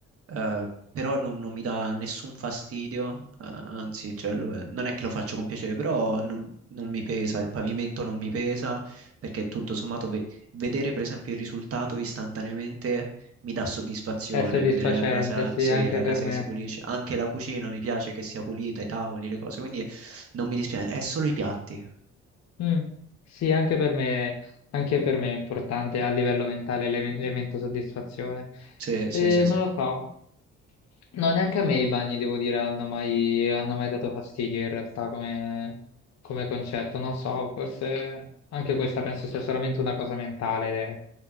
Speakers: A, on the right; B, on the left.
A: eh, però non, non mi dà nessun fastidio, eh, anzi, cioè, lo- non è che lo faccio con piacere, però non, non mi pesa, il pavimento non mi pesa, perché tutto sommato ve- vedere per esempio il risultato istantaneamente mi dà soddisfazione,
B: È soddisfacente,
A: vedere la casa,
B: sì,
A: se
B: anche
A: la
B: per
A: casa
B: me.
A: che si pulisce, anche la cucina mi piace che sia pulita, i tavoli, le cose, quindi non mi dispiace, è solo i piatti.
B: Mm, Sì, anche per me, anche per me è importante a livello mentale l'ele- l'elemento soddisfazione.
A: Sì,
B: Eh,
A: sì, sì,
B: non
A: sì.
B: lo so, No, neanche a me i bagni, devo dire, hanno mai, hanno mai dato fastidio in realtà come, come concetto. Non so, forse anche questa penso sia solamente una cosa mentale de-